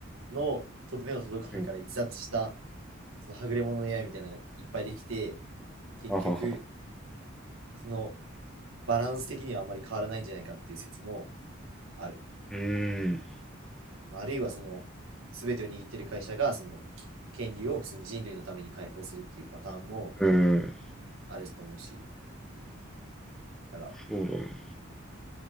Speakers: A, on the right (about 85°); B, in the centre.
A: の目の届く範囲から逸脱した
B: うん。
A: そのはぐれ者の AI みたいなのがいっぱいできて、結局
B: あはは。
A: そのバランス的にはあまり変わらないんじゃないかっていう説もある。
B: うーん、
A: まあ、あるいはその全てを握っている会社がその権利を普通に人類のために解放するっていうパターンも
B: うーん、
A: あると思うし、だから
B: そうだね。